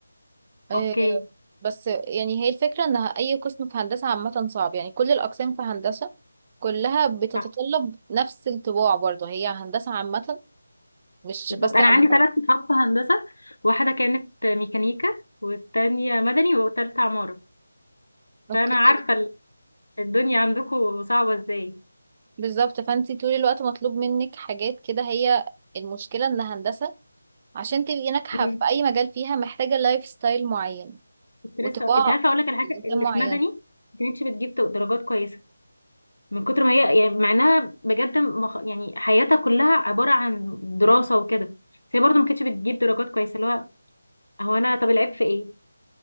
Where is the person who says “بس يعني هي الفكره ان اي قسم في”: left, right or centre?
Right